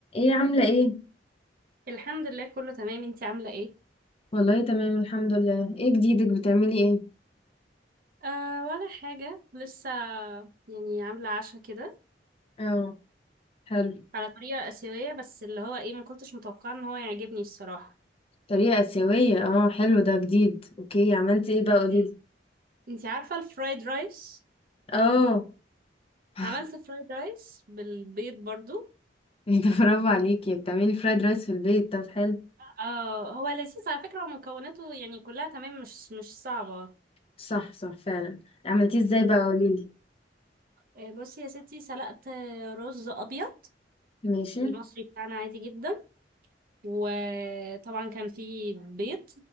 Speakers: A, on the left; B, on the right.
A: ايه عاملة ايه؟
B: الحمد لله كله تمام انتي عاملة ايه؟
A: والله تمام الحمد لله ايه جديدك بتعملي ايه
B: آه ولا حاجة لسه يعني عاملة عشاء كده
A: اه حلو
B: على طريقة آسيوية بس اللي هو ايه ما كنتش متوقعة ان هو يعجبني الصراحة
A: طريقة آسيوية اه حلو ده جديد اوكي عملتي ايه بقى قوليلي
B: مم. انتي عارفة الفرايد رايس؟
A: اه <laughs>
B: عملت فرايد رايس بالبيض برضو
A: ايه ده برافو عليكي بتعملي فرايد رايس في البيت طب حلو
B: اه هو لذيذ على فكرة ومكوناته يعني كلها تمام مش مش صعبة
A: صح صح فعلا عملتيه ازاي بقى قوليلي
B: آه، بصي يا ستي سلقت رز أبيض
A: ماشي
B: المصري بتاعنا عادي جدا وطبعا كان فيه بيض